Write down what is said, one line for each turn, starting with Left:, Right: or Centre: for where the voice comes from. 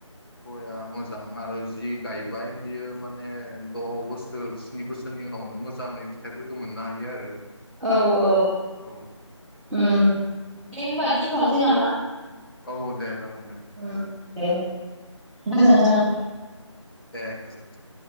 Left: गया मोजां आरो जि गायबाय बियो माने द बोसोर स्नि बोसोरनि उनावनो मोजांङै फिथाइफोरखौ मोननो हायो आरो
Centre: औ औ।
Left: औ
Centre: दे होमबा दोनथनोसै नामा?
Left: औ दे। जागोन दे
Centre: ओं। दे गोजोनथों।
Left: दे गोजोनथों।